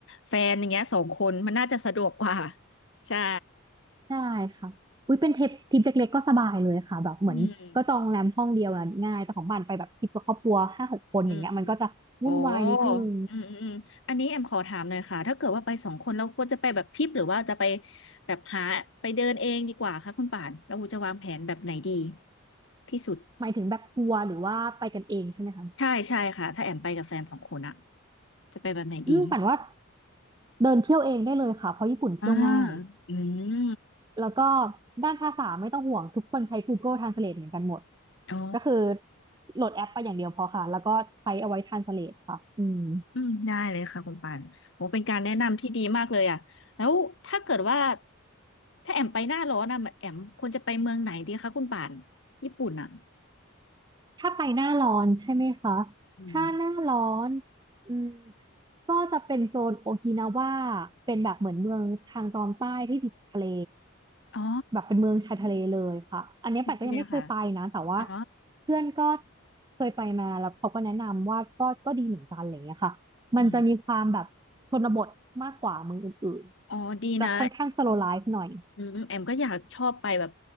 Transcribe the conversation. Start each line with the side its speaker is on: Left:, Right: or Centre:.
Left: แฟนอย่างเงี้ยสองคนมันน่าจะสะดวกกว่า <laughs> ใช่
Right: ได้ค่ะ อุ้ยเป็นทริปทริปเล็กๆก็สบายเลยค่ะแบบเหมือนก็จองโรงแรมห้องเดียวอะง่ายแต่ของบ้านไปแบบทริปกับครอบครัวห้าหกคนอย่างเงี้ยมันก็จะวุ่นวายนิดนึง
Left: อืมอืมโอ้อืมอืมอืมอันนี้แอมขอถามหน่อยค่ะถ้าเกิดว่าไปสองคนเราควรจะไปแบบทริปหรือว่าจะไปแบบหาไปเดินเองดีกว่าคะคุณป่านเราจะวางแผนแบบไหนดีที่สุด
Right: หมายถึงแบบทัวร์หรือว่าไปกันเองใช่ไหมคะ
Left: ใช่ใช่ค่ะถ้าแอมไปกับแฟนสองคนอะจะไปแบบไหนดี
Right: อืมปั่นว่าเดินเที่ยวเองได้เลยค่ะเพราะญี่ปุ่นเที่ยวง่าย
Left: อ่าอืม
Right: แล้วก็ด้านภาษาไม่ต้องห่วงทุกคนใช้ Google Translate เหมือนกันหมด
Left: อ๋อ
Right: ก็คือโหลดแอปไปอย่างเดียวพอค่ะแล้วก็ใช้เอาไว้ Translate ค่ะอืม
Left: อืมได้เลยค่ะคุณปานโอ้เป็นการแนะนำที่ดีมากเลยอ่ะแล้วถ้าเกิดว่าถ้าแอมไปหน้าร้อนอ่ะแอมควรจะไปเมืองไหนดีคะคุณปานญี่ปุ่นอ่ะ
Right: ถ้าไปหน้าร้อนใช่ไหมคะ
Left: อืม
Right: ถ้าหน้าร้อนอืมก็จะเป็นโซนโอกินาวาเป็นแบบเหมือนเมืองทางตอนใต้ที่ติดทะเล
Left: อ๋อ
Right: แบบเป็นเมืองชายทะเลเลยค่ะอันนี้ปัดก็ยังไม่เคยไปนะแต่ว่า
Left: เนี่ยค่ะอ๋อ
Right: เพื่อนก็เคยไปมาแล้วเขาก็แนะนำว่าก็ก็ดีเหมือนกันอะไรอย่างเงี้ยค่ะมันจะมีความแบบชนบทมากกว่าเมืองอื่นๆจะค่อนข้างสโลว์ไลฟ์หน่อย
Left: อืมอ๋อดีนะ อืมแอมก็อยากชอบไปแบบ